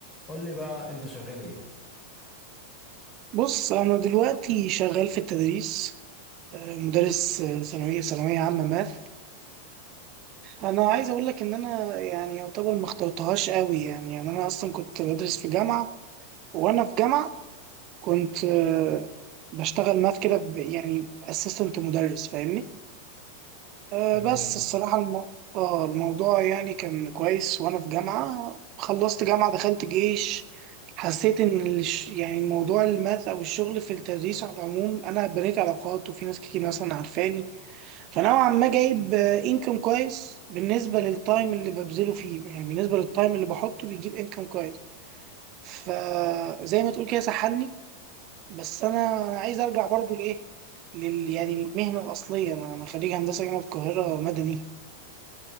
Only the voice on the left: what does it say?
قول لي بقى انت شغال ايه
حلو
جدا